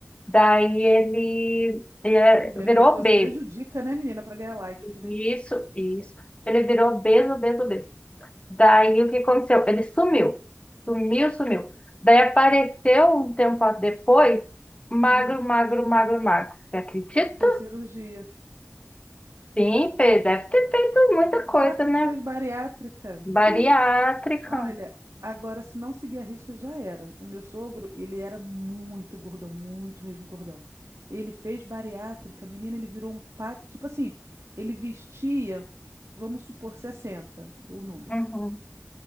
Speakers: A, on the left (about 25°); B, on the right (about 80°).
A: Daí ele, ele
B: Tu vê,
A: virou
B: a pessoa
A: obeso.
B: se prejudica, né, menina, pra ganhar likes, né?
A: Isso, isso. Ele virou obeso, obeso, obeso. Daí o que aconteceu? Ele sumiu. Sumiu, sumiu. Daí apareceu um tempo depois, magro,
B: Hum,
A: magro, magro, magro. Você acredita?
B: fez cirurgia.
A: Sim, Pedro, deve ter feito muita coisa,
B: Claro
A: né?
B: que fez bariátrica.
A: Bariátrica.
B: Hum, Olha, agora se não seguir a risca já era. O meu sogro, ele era muito gordão, muito mesmo gordão. Ele fez bariátrica, menina, ele virou um par, tipo assim, ele vestia, vamos supor 60, o número.
A: Uhum.